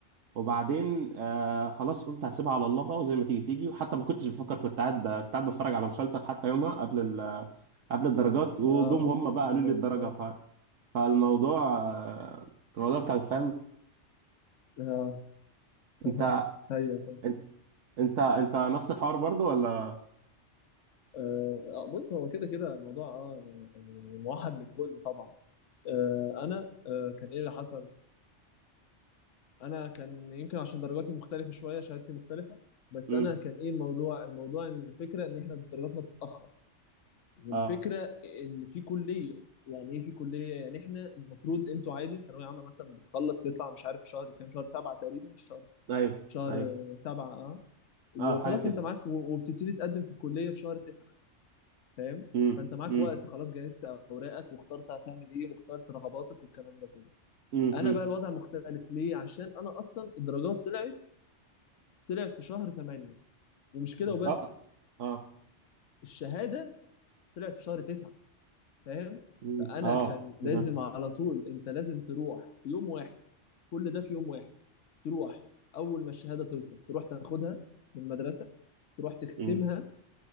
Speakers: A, on the right (about 85°); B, on the left (about 80°).
A: وبعدين آه خلاص قلت هسيبها على الله بقى وزي ما تيجي تيجي وحتى ما كنتش بفكر كنت قاعد كنت قاعد بتفرج على مسلسل حتى يومها قبل ال... قبل الدرجات وجم
B: اه
A: هم بقى
B: انت
A: قالوا
B: كنت
A: لي الدرجه ف... فالموضوع آه، الموضوع كان فاهم
B: اه <laughs>
A: انت
B: ايوه
A: انت انت انت نفس الحوار برضو ولا
B: آه، آه، بص هو كده كده الموضوع اه يعني موحد للكل طبعا آه، انا آه، كان ايه اللي حصل انا كان يمكن عشان درجاتي مختلفه شويه شهادتي مختلفه بس
A: امم
B: انا كان ايه الموضوع الموضوع إن الفكره ان احنا درجاتنا بتتاخر والفكره
A: اه
B: ان في كليه يعني ايه في كليه يعني احنا المفروض انتوا عادي ثانويه عامه مثلا بتخلص بتطلع مش عارف شهر كام شهر سبعه تقريبا شهر
A: ايوه
B: شهر
A: ايوه
B: سبعه اه وخلاص
A: اه حاجه كده
B: انت معاك و- وبتبتدي تقدم في الكليه في شهر تسعه فاهم
A: امم
B: فانت معاك
A: امم
B: وقت خلاص جهزت اوراقك واخترت هتعمل ايه واخترت رغباتك والكلام ده كله
A: امم
B: انا
A: امم
B: بقى الوضع مختلف ليه عشان انا اصلا الدرجات طلعت طلعت في شهر 8 ومش كده وبس
A: اه اه
B: الشهاده طلعت في شهر 9 فاهم
A: مم.
B: فانا
A: اه
B: كان لازم
A: كده
B: على طول انت لازم تروح في يوم واحد كل ده في يوم واحد تروح اول ما الشهاده توصل تروح تاخدها من المدرسه تروح تختمها
A: امم